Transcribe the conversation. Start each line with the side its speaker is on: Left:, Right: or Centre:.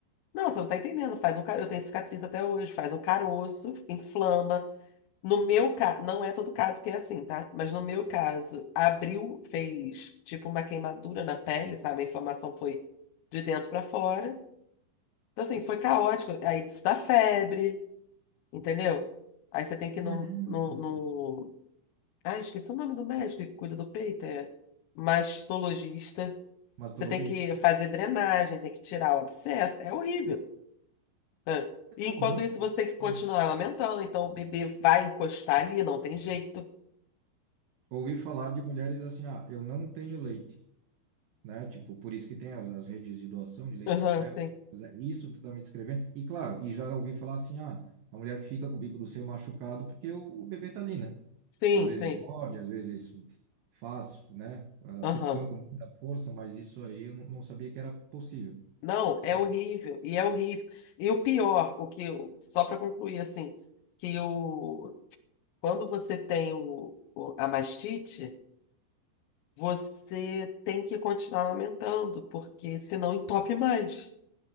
Left: Não, você não tá entendendo. Faz um, ca- eu tenho cicatriz até hoje, faz um caroço, inflama. No meu caso, não é todo caso que é assim, tá? Mas no meu caso, abriu, fez tipo uma queimadura na pele, sabe? A inflamação foi de dentro pra fora. Então, assim, foi caótico. Aí isso dá febre, entendeu? Aí você tem que
Right: Caramba,
Left: ir no, no, no...
Right: cara.
Left: Ah, esqueci o nome do médico que cuida do peito, é mastologista.
Right: Mastologista.
Left: Você tem que fazer drenagem, tem que tirar o abscesso. É horrível. sabe? E enquanto
Right: Eu nunca
Left: isso, você
Right: ouvi
Left: tem que continuar
Right: falar.
Left: amamentando. Então, o bebê vai encostar ali, não tem jeito.
Right: Ouvi falar de mulheres assim, ah, eu não tenho leite. né? Tipo, por isso que tem as, as redes de doação de leite
Left: Aham,
Right: materno.
Left: sim.
Right: Mas é isso que tu tá me descrevendo. E claro, e já ouvi falar assim, ah, a mulher que fica com o bico do seio machucado porque o, o bebê tá ali, né?
Left: Sim,
Right: Às vezes
Left: sim.
Right: morde, às vezes faz, né? A
Left: Aham.
Right: sucção com muita força, mas isso aí eu não não sabia que era possível.
Left: Não, é
Right: Eu-
Left: horrível. E é horrível. E o pior, o que, eu- só para concluir, assim, que o, quando você tem o, o- a mastite, você tem que continuar amamentando, porque senão entope mais.